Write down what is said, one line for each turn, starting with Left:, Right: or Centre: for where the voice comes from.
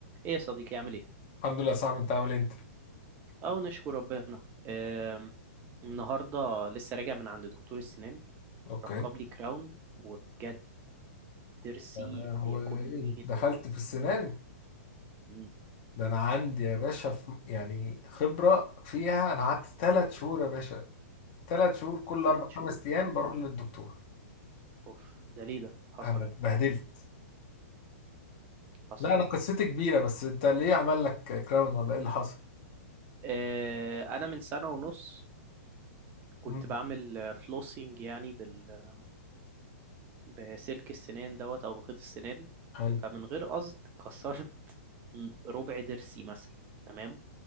Right: ايه يا صديقي عامل ايه؟
Left: الحمد لله صعب انت عامل ايه انت
Right: اه نشكر ربنا آم، النهارده لسه راجع من عند دكتور السنان
Left: اوكي
Right: ركب لي كراون وبجد ضرسي
Left: انا هو
Right: بياكلني
Left: ايه
Right: جدا
Left: دخلت في السنان
Right: مم،
Left: ده انا عندي يا باشا في يعني خبرة فيها انا قعدت ثلاث شهور يا باشا ثلاث شهور كل
Right: تلات
Left: اربع
Right: شهور
Left: خمس ايام بروح للدكتور
Right: اوف ده ليه ده؟ حصل
Left: انا اتبهدلت
Right: ايه؟ حصل
Left: لا انا
Right: ايه؟
Left: قصتي كبيرة بس انت ليه عمل لك كراون ولا ايه اللي حصل
Right: آه، انا من سنة ونص كنت
Left: مم.
Right: بعمل فلوسينج يعني بال... بسلك السنان دوت او بخيط السنان
Left: حلو
Right: فمن غير قصد كسرت ربع ضرسي مثلا تمام